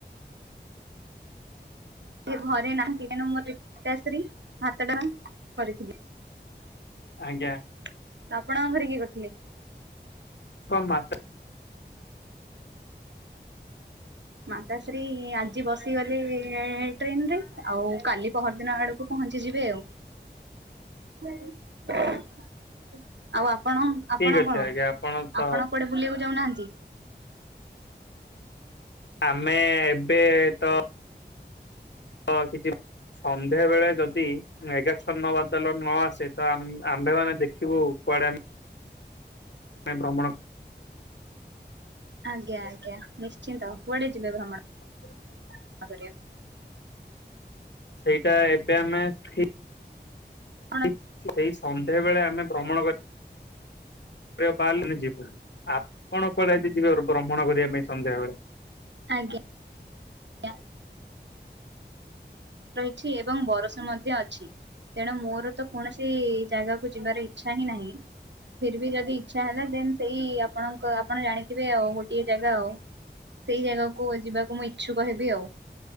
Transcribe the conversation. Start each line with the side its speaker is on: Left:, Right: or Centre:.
Right: ସେ ଘରେ ନାହାଁନ୍ତି କାଇ ନା ମୁଁ ପିତାଶ୍ରି ଭାତ ଡାଲମା କରିଥିଲି।
Left: ଆଜ୍ଞା।
Right: ତ ଆପଣଙ୍କ ଘରେ କିଏ କରିଥିଲେ?
Left: କ ମାତ୍ରା
Right: ମାତାଶ୍ରୀ ଆଜି ବସିଗଲେ ଟ୍ରେନ ରେ ଆଉ କାଲି ପହର ଦିନ ଆଡକୁ ପହଞ୍ଚି ଯିବେ ଆଉ ଆଉ ଆ ଆପଣ
Left: ଠିକ୍
Right: ଆପଣ
Left: ଅଛି
Right: କଣ
Left: ଆଜ୍ଞା ଆପଣ ତ
Right: ଆପଣ କୁଆଡେ ବୁଲିବାକୁ ଯାଉନାହାନ୍ତି।
Left: ଆମେ ଏବେ ତ ତ କିଛି। ସନ୍ଧ୍ୟା ବେଳେ ଯଦି ମେଘାଛନ୍ନ ବାଦଲ ନ ଆସେ ତ ଆ ଆମ୍ଭେ ମାନେ ଦେଖିବୁ କୁଆଡେ଼ ଆମ ଭ୍ରମଣ
Right: ଆଜ୍ଞା ଆଜ୍ଞା ନିଶ୍ଚିନ୍ତ କୁଆଡେ ଯିବେ ଭ୍ରମଣ?
Left: ହ <inaudible>
Right: କରିଆ
Left: ସେଇଟା ଏବେ ଆମେ ଠି
Right: କଣ
Left: <unintelligible> ଏଇ ସନ୍ଧ୍ୟା ବେଳେ ଆମେ ଭ୍ରମଣ କରି ବାହାରିଲନି ଯିବୁ ଆପଣ କୁଆଡେ଼ ଯିବେ ଭ୍ରମଣ କରିବା ପାଇଁ ସନ୍ଧ୍ୟାବେଳେ।
Right: ଆଜ୍ଞା ଆ ରହିଛି, ଏବଂ ବରଷ ମଧ୍ୟ ଅଛି ତେଣୁ ମୋର ତ କୌଣସି ଜାଗାକୁ ଯିବାର ଇଚ୍ଛା ହିଁ ନାହିଁ। ଫିର୍ ବି ଯଦି ଇଛା ହେଲା। ଦେନ୍ ସେଇ ଆପଣଙ୍କ- ଆପଣ ଜାଣିଥିବେ ଆଉ ଗୋଟିଏ ଜାଗା ଆଉ। ସେଇ ଜାଗାକୁ ଯିବାକୁ ମୁଁ ଇଚ୍ଛୁକ ହେବି ଆଉ।